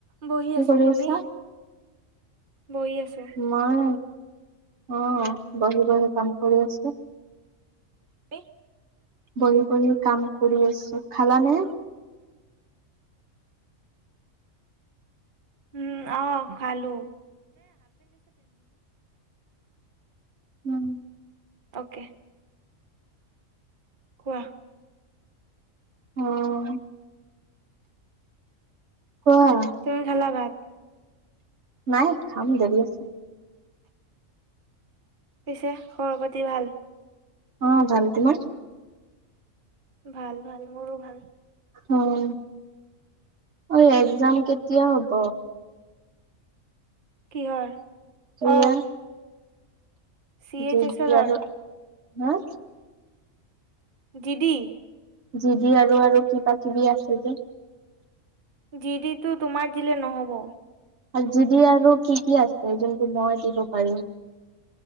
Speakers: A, on the right; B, on the right.
A: বহি
B: কি
A: আছো,
B: কৰি
A: তুমি?
B: আছা
A: বহি আছে।
B: মই অ' বহি বহি কাম কৰি আছোঁ।
A: কি?
B: বহি বহি কাম কৰি আছো। খালানে?
A: উম অ' খালো।
B: উম।
A: অকে। কোৱা?
B: অ' কোৱা?
A: কিহে খালা ভাত?
B: নাই, খাম দেৰি আছে।
A: পিছে খবৰ পাতি ভাল?
B: অ ভাল তোমাৰ?
A: ভাল ভাল মোৰো ভাল।
B: অ', ঐ এক্সাম কেতিয়া হব?
A: কিহৰ?
B: এয়া
A: অ চি এইচ
B: জিজ্ঞাদৰ,
A: এছ এলৰ
B: হা?
A: G D?
B: জি দি আৰু আৰু কিবা কিবি আছে যে?
A: জি ডিটো তোমাৰ দিলে নহ'ব।
B: আৰু জি দি আৰু কি কি আছে, যোনটো মই দিব পাৰিম?